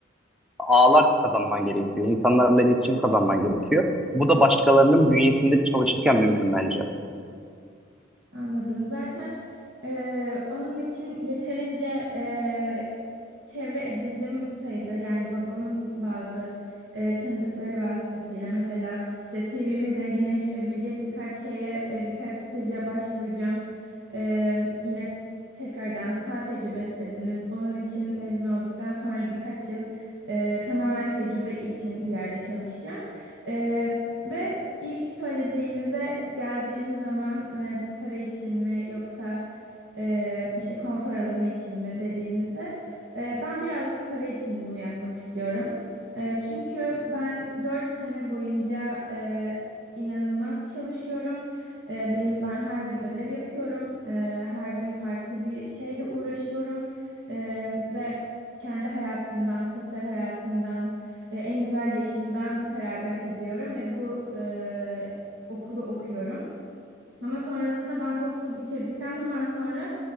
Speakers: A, in the centre; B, on the right (about 65°).
A: ağlar kazanman gerekiyor. İnsanlarla iletişim kazanman gerekiyor. Bu da başkalarının bünyesinde çalışırken mümkün bence.
B: Anladım. Zaten eee, onun için yeterince eee, çevre edindim sayılır. Yani babamın bazı e, tanıdıkları vasıtasıyla mesela işte CV'mi zenginleştirebilecek birkaç şeye, e, birkaç staja başvuracağım. E, yine tekrardan sağ tecrübesi dediniz. Onun için mezun olduktan sonra birkaç yıl e, tamamen tecrübe için bir yerde çalışacağım. E, ve ilk söylediğinize geldiğim zaman e, para için mi yoksa e, işte konfor alanı için mi dediğinizde ee, Ben birazcık para için bunu yapmak istiyorum. Ee, Çünkü ben 4 sene boyunca e, inanılmaz çalışıyorum. Ee, Benim ben her gün ödev yapıyorum. Ee, Her gün farklı bir şeyle uğraşıyorum Ee, ve kendi hayatımdan, sosyal hayatımdan, e, en güzel yaşımdan feragat ediyorum ve bu e, okulu okuyorum. Ama sonrasında ben bu okulu bitirdikten hemen sonra